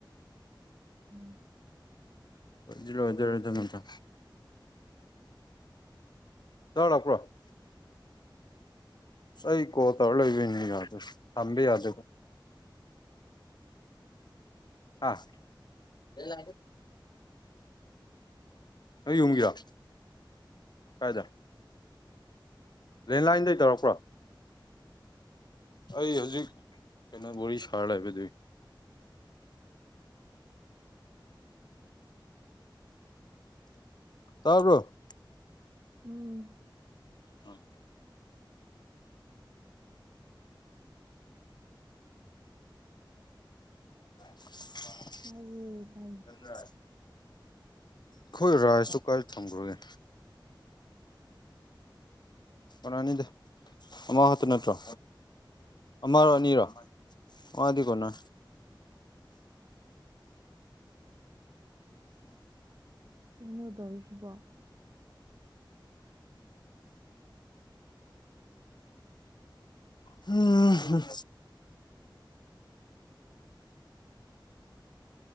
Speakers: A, on the right (about 45°); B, on the left (about 60°).
A: ꯎꯝ
B: ꯑꯗꯨꯔ ꯑꯗꯨ ꯅꯠꯇꯣ ꯇ ꯂꯥꯛꯄ꯭ꯔꯣ ꯑꯩ ꯀꯣ ꯇꯧꯔ ꯂꯩꯕꯅꯤ ꯑꯗꯨ ꯊꯕꯤ ꯌꯥꯗ ꯑꯥ ꯅ ꯌꯒꯔ ꯀꯥꯏꯗ ꯂꯦꯟꯂꯥꯏꯟꯗꯩ ꯇꯧꯔꯛꯄ꯭ꯔꯣ ꯑꯩ ꯍꯧꯖꯤꯛ ꯀꯩꯅꯣ ꯕꯣꯔꯤ ꯁꯥꯔ ꯍꯥꯏꯕꯗꯨꯏ ꯇꯔꯕ꯭ꯔꯣ
A: ꯎꯝ
B: ꯑ <inaudible>
A: ꯇꯥꯏꯌꯦ ꯇꯥꯏꯌꯦ
B: ꯑ ꯑꯩꯈꯣꯏ ꯔꯥꯏꯁꯇꯨ ꯀꯥꯏꯗ ꯊꯝꯈ꯭ꯔꯒꯦ
A: <inaudible>
B: ꯑꯣꯅꯥꯅꯤꯗ ꯑꯃꯃꯥ ꯍꯠꯇ ꯅꯠꯇ꯭ꯔꯣ ꯑ ꯃꯥꯔꯅꯤꯔꯣ ꯋꯥꯗꯤꯀꯅ
A: ꯄꯤꯟꯅꯨꯗꯧꯔꯤꯁꯤꯕꯣ
B: ꯎꯝꯝ